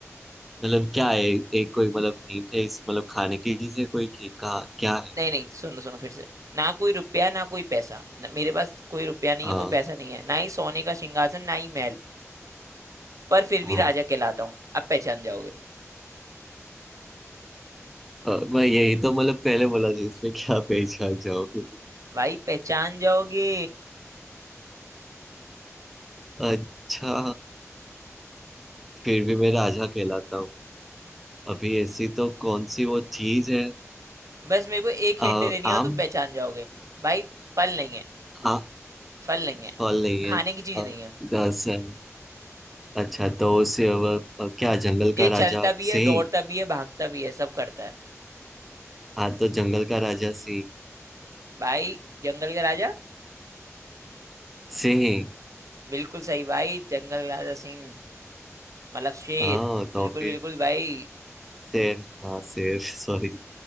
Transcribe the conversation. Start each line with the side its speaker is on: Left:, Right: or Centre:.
Centre: मतलब क्या है एक कोई मतलब हिंट है इस मतलब खाने की चीज है कोई की का क्या है
Right: नहीं नहीं सुनो सुनो फिर से ना कोई रुपया ना कोई पैसा न, मेरे पास कोई रुपया नहीं
Centre: हाँ
Right: है कोई पैसा नहीं है ना ही सोने का सिंहासन ना ही महल पर फिर भी
Centre: हाँ
Right: राजा कहलाता हूँ अब पहचान जाओगे
Centre: अ, मैं यही तो मतलब पहले बोला था इसमें क्या पहचान जाओगे
Right: भाई पहचान जाओगे
Centre: अच्छा फिर भी मैं राजा कहलाता हूँ अभी ऐसी तो कौन सी वो चीज है
Right: बस मेरे को एक हिंट
Centre: अ,
Right: देनी है
Centre: आम
Right: और तुम पहचान जाओगे भाई फल नहीं है
Centre: आ,
Right: फल नहीं है
Centre: फल नहीं
Right: खाने
Centre: है
Right: की चीज
Centre: अ,
Right: नहीं है
Centre: घास है अच्छा तो उसे अब, अ, क्या जंगल
Right: ये
Centre: का
Right: चलता
Centre: राजा
Right: भी है
Centre: सिंह
Right: दौड़ता भी है भागता भी है सब करता है
Centre: हाँ तो जंगल का राजा सिंह
Right: भाई जंगल का राजा
Centre: सिंह
Right: बिल्कुल सही भाई जंगल राजा सिंह मतलब शेर
Centre: हाँ तो
Right: बिल्कुल
Centre: फिर
Right: बिल्कुल भाई
Centre: शेर हाँ शेर <laughs> सॉरी